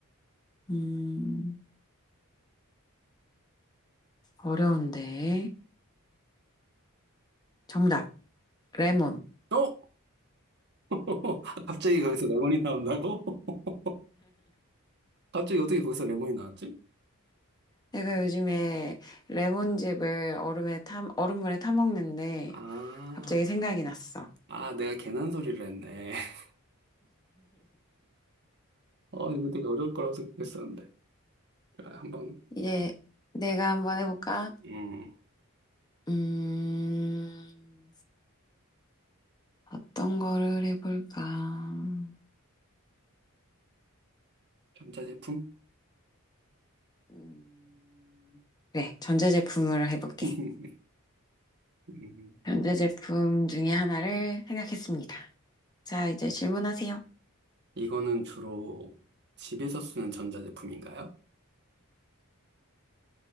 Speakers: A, on the left; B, on the right.
A: 음, 어려운데. 정답, 레몬.
B: 어? <laughs> 갑자기 거기서 레몬이 나온다고? <laughs> 갑자기 어떻게 거기서 레몬이 나왔지?
A: 제가 요즘에 레몬즙을 얼음에 타, 얼음물에 타 먹는데
B: 아,
A: 갑자기 생각이 났어.
B: 아, 내가 괜한 소리를 했네. <laughs> 어, 이거 되게 어려울 거라고 생각했었는데. 자, 한번,
A: 이제 내가 한번 해볼까?
B: 음,
A: 음, 어떤 거를 해볼까?
B: 전자제품?
A: 음, 그래, 전자제품으로 해볼게.
B: <laughs> 음,
A: 전자제품 중에 하나를 생각했습니다. 자, 이제 질문하세요.
B: 이거는 주로 집에서 쓰는 전자제품인가요?